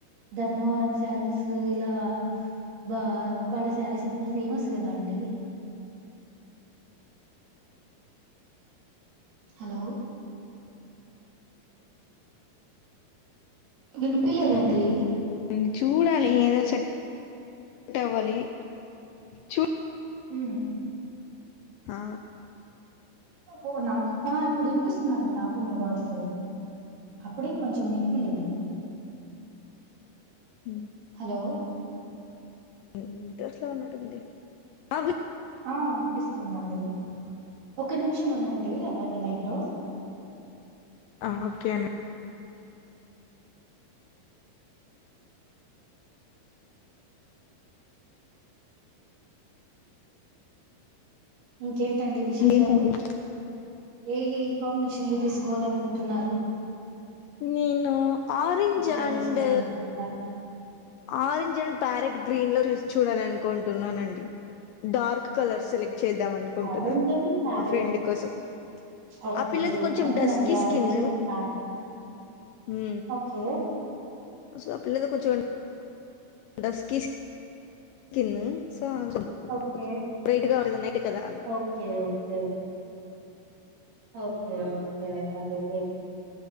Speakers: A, on the right (about 75°); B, on the left (about 80°).
A: ధర్మవరం శారీస్ ఇలా బ ఉప్పాడ శారీస్ అంత ఫేమస్ కదా అండి. హలో వినిపిలేదండి
B: అ చూడాలి ఏదో
A: హలో!
B: సెట్ చట్ అవ్వాలి చూ
A: హ
B: ఆ
A: ఓ నాకు ఇప్పుడు వినిపిస్తుందిండి నాకు మీ వాయిస్ అప్పుడే కొంచెం వినిపిలేదు
B: హ
A: హలో
B: <unintelligible>
A: ఆ వినిపిస్తుందండి ఒక నిమిషం ఉందండి అలాగే లైన్ లో
B: ఆ ఓకే అన్న
A: ఇంకేం టండి విశేషాలు
B: ఏంటండి
A: ఏ కాంబినేషన్లో తీసుకోవాలను కుంటున్నారు
B: నను ఆరెంజ
A: లో
B: అండ్
A: తీసుకోవాలనుకుంటున్నారు
B: ఆరెంజ్ అండ్ ప్యారెట్ గ్రీన్ లో <unintelligible> చూడాలి అనుకుంటున్నానండి డార్క్ కలర్ సెలెక్ట్ చేద్దాం అనుకుంటున్నా
A: ఆరెంజ్ అండ్ ప్యారెట్
B: మా ఫ్రెండ్ కోసం
A: ఓకే
B: ఆ పిల్లది కొంచెం
A: బాగుంటుందండి
B: డస్ కి స్కిన్
A: ఆరెంజ్ అండ్ ప్యారెట్
B: ఉ
A: ఓకే
B: సో ఆ పిల్లది కొంచం.. దస్కీస్ స్కిన్ సో <unintelligible>
A: ఓకే
B: బ్రైట్గా నట్ కదా
A: ఓకే ఓకే ఓకే ఓకే అలాగైతే